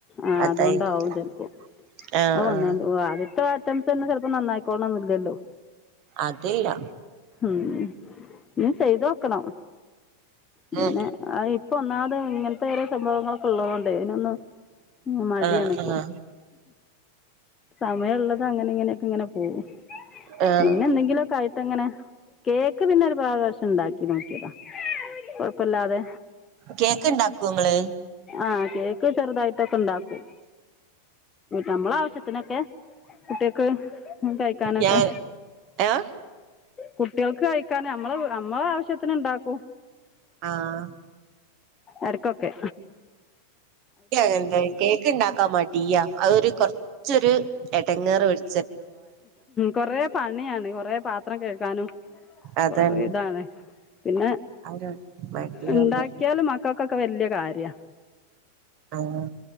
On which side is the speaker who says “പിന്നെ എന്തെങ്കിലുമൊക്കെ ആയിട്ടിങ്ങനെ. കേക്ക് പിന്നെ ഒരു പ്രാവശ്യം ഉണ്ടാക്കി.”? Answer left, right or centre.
Left